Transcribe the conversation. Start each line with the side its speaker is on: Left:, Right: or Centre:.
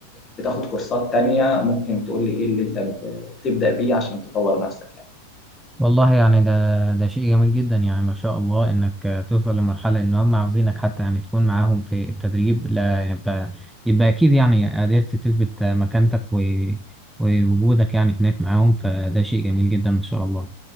Left: بتاخد كورسات تانية ممكن تقول لي ايه اللي انت تبدا بيه عشان تطور نفسك يعني
Centre: والله يعني ده ده شيء جميل جدا يعني ما شاء الله انك آه، توصل لمرحلة ان هم عاوزينك حتى يعني تكون معاهم في التدريب لا يبقى يبقى اكيد يعني قدرت تثبت آه، مكانتك و- ووجودك يعني هناك معاهم فده شيء جميل جدا ما شاء الله